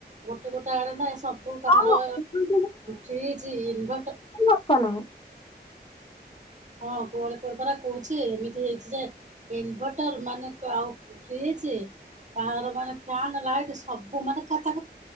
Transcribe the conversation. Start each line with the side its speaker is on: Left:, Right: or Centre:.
Right: ଗୋଟେ ଗୋଟେ ଆଡେ ନା ଏ ସବୁ କାହାର
Left: ହଁ ବିଜୁଳି
Right: ଫ୍ରିଜ ଇନଭଟ
Left: ଲୋକ ନାହିଁ।
Right: ହଁ କୁଆଡେ କୋଆଡେ ପରା କହୁଛି ଏମିତି ହେଇଛି ଯେ ଇନଭଟର ମାନେ ଆଉ ଫ୍ରିଜ। କାହାର ମାନେ ଫ୍ୟାନ ଲାଇଟ ସବୁ ମାନେ ଗାଁ ଡାଁ